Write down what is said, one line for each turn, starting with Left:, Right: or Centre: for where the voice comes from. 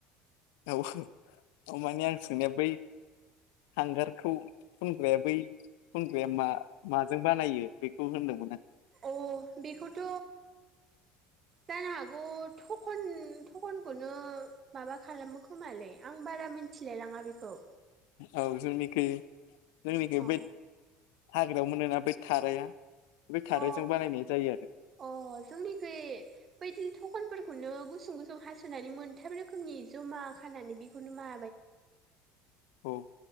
Left: औ अ माने आं सोंनाया बै हांगारखौ फुनग्राया बै फुनग्राया मा माजों बानायो बेखौ होनदोंमोन आं
Right: अ बिखौथ जानो हागौ थखन थखनखौनो माबा खालामो खोमालै आं बारा मिथिलाय लांङा बेखौ
Left: औ जोंनिखै जोंनिखौ
Right: अ
Left: बै याव मोनोना बै थाराया बे थारायजों
Right: अ
Left: बानायनाय जायो आरो
Right: अ जोंनिखै बैयदि थखनफोर खौनो गुसुं गुसुं हसनानै मोनथाम रोखोमनि जमा खानानै बेखौनो मा
Left: औ